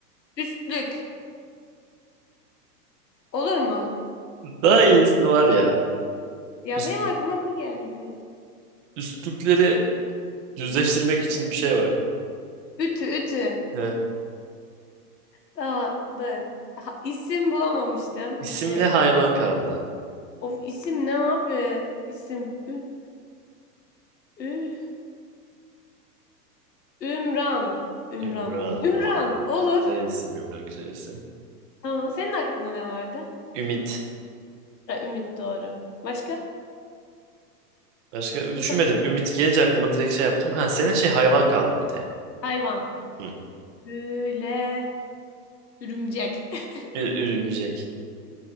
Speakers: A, on the left; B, on the right.
A: Üstlük. Olur mu?
B: Daha iyisi var ya.
A: Ya
B: Üst,
A: benim aklıma bu geldi.
B: üstlükleri düzleştirmek için bir şey var.
A: Ütü, ütü.
B: Heh.
A: Tamam, dur. Ha, isim bulamamıştım.
B: İsimli
A: İsim.
B: hayvan kaldı.
A: Of isim ne abi? İsim. Ü, ü. Ümran. Ümran.
B: Ümran.
A: Ümran.
B: Wow.
A: Olur.
B: Güzel isim. Ümran güzel isim.
A: Tamam. Senin aklında ne vardı?
B: Ümit.
A: Ha, Ümit doğru. Başka?
B: Başka düşünmedim.
A: Bu kadar.
B: Ümit gelince aklıma direkt şey yaptım. Ha senin şey hayvan kaldı bir de.
A: Hayvan.
B: Hı.
A: Böyle. Ürümcek. <laughs>
B: Ü- Örümcek.